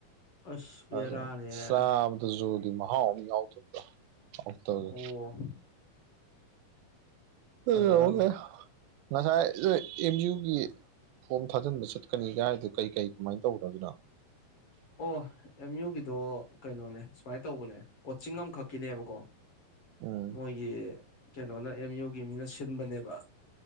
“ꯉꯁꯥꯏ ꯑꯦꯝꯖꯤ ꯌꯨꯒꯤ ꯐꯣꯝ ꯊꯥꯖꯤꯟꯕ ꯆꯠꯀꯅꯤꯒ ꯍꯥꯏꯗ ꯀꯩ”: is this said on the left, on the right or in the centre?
Right